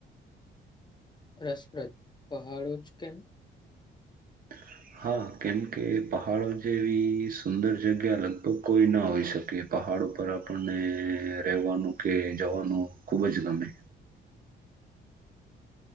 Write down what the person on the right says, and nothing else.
<unintelligible> હા કેમકે એ પહાડો જેવી સુંદર જગ્યા લગભગ કોઈ ના હોઈ શકે પહા પહાડો ઉપર આપણને રહેવાનું કે જવાનું ખૂબ જ ગમે.